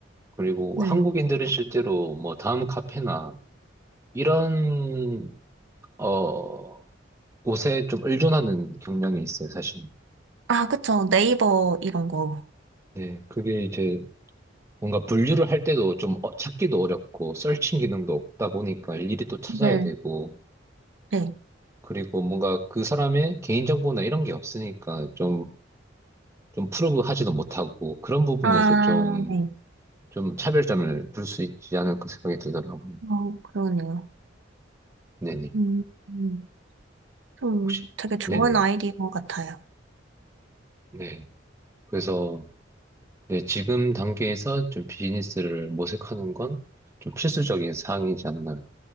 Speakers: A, on the right; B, on the right.
A: 그리고
B: 네.
A: 한국인들은 실제로 뭐 다음 카페나 이런 어 곳에 좀 의존하는 경향이 있어요, 사실.
B: 아, 그쵸. 네이버 이런 거.
A: 네, 그게 이제 뭔가 분류를 할 때도 좀 어- 찾기도 어렵고 서칭 기능도 없다 보니까 일일이 또 찾아야
B: 네,
A: 되고
B: 네.
A: 그리고 뭔가 그 사람의 개인정보나 이런 게 없으니까 좀 좀 프로브하지도 못하고 그런 부분에서
B: 아,
A: 좀
B: 네.
A: 좀 차별점을 둘 수 있지 않을까 생각이 들더라고요.
B: 어, 그러네요.
A: 네네.
B: 음, 음. 좀
A: 혹시
B: 되게 좋은
A: 네네.
B: 아이디어 같아요.
A: 네. 그래서 네, 지금 단계에서 좀 비즈니스를 모색하는 건 좀 필수적인 사항이지 않나.